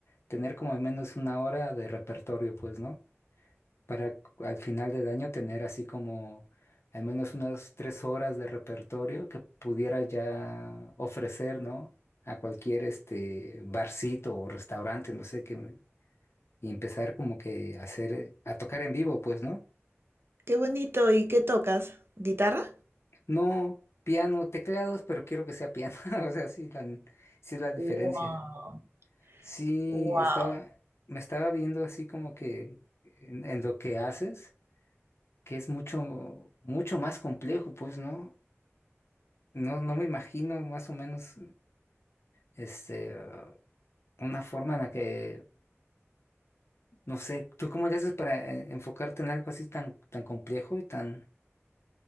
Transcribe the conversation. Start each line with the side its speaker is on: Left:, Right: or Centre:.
Left: tener como al menos una hora de repertorio, pues, ¿no? para cu- al final del año tener así como al menos unas tres horas de repertorio que pudiera ya ofrecer, ¿no? A cualquier este barcito o restaurante, no sé qué, y empezar como que a hacer, a tocar en vivo, pues, ¿no?
Right: Qué bonito, ¿y qué tocas? ¿Guitarra?
Left: No piano, teclados, pero quiero que sea piano, <laughs> o sea, sí, la, sí es la diferencia.
Right: Wow.
Left: Sí,
Right: Wow.
Left: estaba, me estaba viendo así como que en en lo que haces que es mucho, mucho más complejo, pues, ¿no? No, no me imagino más o menos este, ah, una forma en la que, no sé, ¿tú cómo le haces para eh, enfocarte en algo así tan, tan complejo y tan...